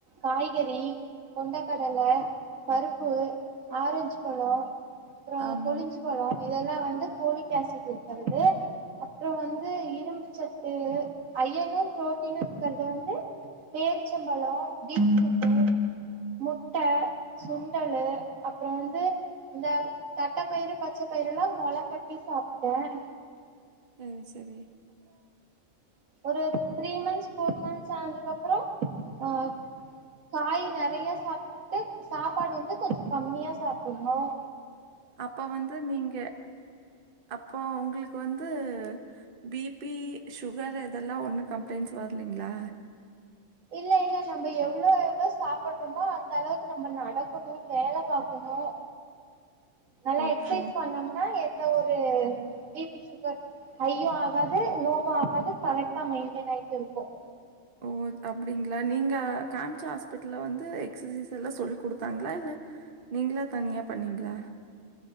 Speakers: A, on the right (about 75°); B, on the right (about 40°).
A: காய்கறி கொண்டக்கடல பருப்பு ஆரஞ்சு பழம் அப்புறம்
B: ஆமா
A: கொளிஞ்சு பழம் இதெல்லாம் வந்து ஃபோலிக் ஆசிட்டு இருக் வருது அப்புறம் வந்து இரும்புச்சத்து ஐயனும் பு்ரோட்டீனா இருக்குறது வந்து பேரிச்சம்பழம் பீட்ரூட்டு் முட்ட சுண்டலு அப்புறம் வந்து இந்த தட்டைப்பயிறு பச்சை பயிரு எல்லாம் முள கட்டி சாப்பிட்டேன்
B: செரி செரி
A: ஒரு த்ரீ மந்த்ஸ் ஃபோர் மந்த்ஸ் ஆனதுக்கு அப்புறம் ஆஹ் காய் நெறைய சாப்பிட்டு சாப்பாடு வந்து கொஞ்சம் கம்மியா சாப்பிடணும்
B: அப்ப வந்து நீங்க அப்போ உங்களுக்கு வந்து பி பி சுகர் இதெல்லாம் ஒன்னும் கம்ப்ளைண்ட்ஸ் வரலீங்களா
A: இல்ல இல்ல நம்ம எவ்வளவு எவ்வளவு சாப்படுறோமோ அந்த அளவுக்கு நம்ம நடக்கணும் வேல பாக்கணும் நல்லா
B: ஓகே
A: எக்சசைஸ் பண்ணம்னா எந்த ஒரு பி பி சுகர் ஹையும் ஆகாது லோவும் ஆகாது கரெக்டா மெயின்டெயின் ஆயிட்டு இருக்கும்
B: ஓ அப்படிங்களா நீங்க காம்ச்சா ஹாஸ்பிட்டல்ல வந்து எக்ஸசைஸ் எல்லாம் சொல்லி குடுத்தாங்களா இல்ல நீங்களெ தனியா பண்ணீங்களா